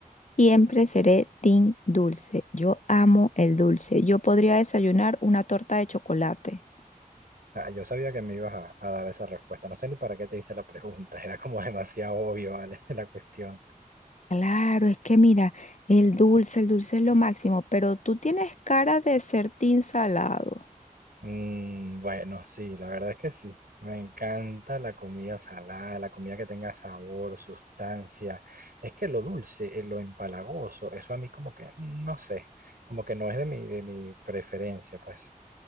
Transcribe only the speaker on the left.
Siempre seré team dulce. Yo amo el dulce. Yo podría desayunar una torta de chocolate.
Claro, es que mira, el dulce, el dulce es lo máximo, pero tú tienes cara de ser team salado.